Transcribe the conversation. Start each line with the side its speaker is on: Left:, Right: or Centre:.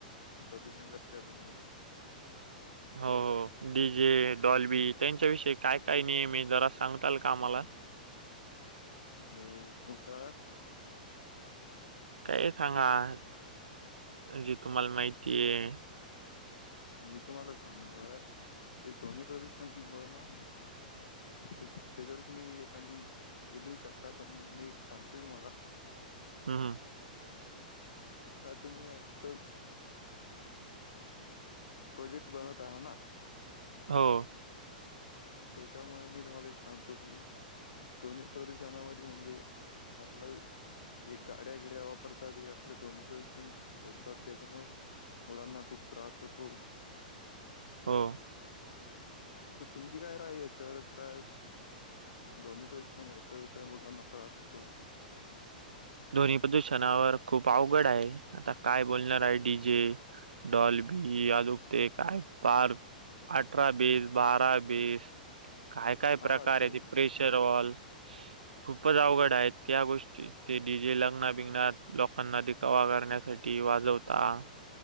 Left: प्रदूषण करता त्या दोनी.
Right: हो डी जे डॉल्बी त्यांच्या विषयी काय काय नियम हे जरा सांगताल का आम्हाला.
Left: अ हो का
Right: काहीही सांगा
Left: ते
Right: जे तुम्हाला माहितीय.
Left: मी तुम्हाला सांगू काय हे ध्वनी प्रदूषण मुळं, एक त्याच्यावर तुम्ही एखादी हे लिहू शकता, पण मी एक सांगतेय तुम्हाला‌.
Right: हम हं
Left: खरं तुम्ही असत. प्रोजेक्ट बनत आहे ह ना?
Right: हो
Left: त्यांच्यामुळे मी तुम्हाला एक सांगतो की, ध्ननी प्रदूषणावधी म्हणजे आपलं एक गाड्या गिड्या वापरतात हे आपलं ध्वनी प्रदूषण सोडतात त्यांच्यामुळे, मुलांना खूप त्रास होतो.
Right: हो
Left: तर तुमची काय राय यांच्यावर का, ध्वनी प्रदूषणहोत तर मुलांना त्रास होतो.
Right: ध्वनी प्रदूषणावर खूप अवघड आहे. आता काय बोलणार आहे डी जे- डॉल्बी बी अजुक ते काय पार, अठरा बेस बारा बेस. काय काय
Left: हा
Right: प्रकार
Left: ते
Right: आहे, प्रेशर वॉल खूपच अवघड आहेत त्या गोष्टी. ते डी जे लग्ना बिघना लोकांना दिखावा करण्यासाठी वाजवतात.